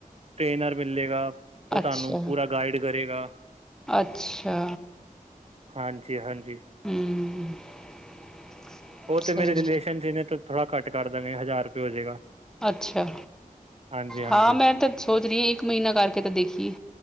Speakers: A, on the right; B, in the centre.
A: ਟ੍ਰੇਨਰ ਮਿਲੇਗਾ ਔ ਤੁਹਾਨੂੰ
B: ਅੱਛਾ
A: ਪੂਰਾ ਗਾਈਡ ਕਰੇਗਾ।
B: ਅੱਛਾ
A: ਹਾਂਜੀ- ਹਾਂਜੀ।
B: ਹਮ <inaudible>
A: ਔ ਤੇ
B: ਸਹੀ
A: ਮੇਰੇ ਰਿਲੇਸ਼ਨ ਚ ਨੇ, ਤੇ ਥੋੜ੍ਹਾ ਘਟ ਕਰ ਦੇਣਗੇ, ਹਜ਼ਾਰ ਰੁਪਏ ਹੋ ਜਾਏਗਾ।
B: ਅੱਛਾ,
A: ਹਾਂਜੀ-ਹਾਂਜੀ।
B: ਹਾਂ ਮੈਂ ਤੇ ਸੋਚ ਰਹੀ ਹਾਂ, ਇੱਕ ਮਹੀਨਾ ਕਰਕੇ ਤਾਂ ਦੇਖੀਏ